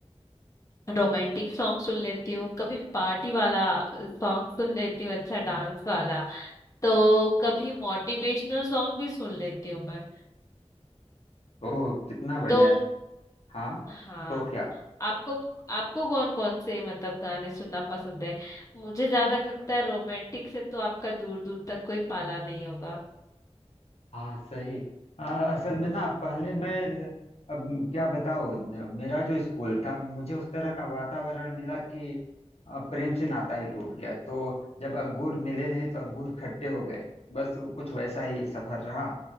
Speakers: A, on the left; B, on the left.
A: रोमांटिक सॉन्ग सुन लेती हूँ कभी पार्टी वाला सॉन्ग सुन लेती हूँ अच्छा डांस वाला तो कभी मोटिवेशनल सॉन्ग भी सुन लेती हूँ मैं
B: ओह कितना बढ़िया
A: तो
B: है हाँ
A: हाँ
B: तो क्या
A: आपको आपको कौन कौन से मतलब गाने सुनना पसंद है मुझे ज्यादा लगता है रोमांटिक से तो आपका दूर दूर तक कोई पाला नहीं होगा
B: हाँ सही आ, असल में ना पहले मैं अब क्या बताओ मेरा जो स्कूल था मुझे उस तरह का वातावरण मिला कि आ, प्रेम से नाता ही टूट गया तो जब अंगूर मिले नहीं तो अंगूर खट्टे हो गए बस कुछ वैसा ही सफर रहा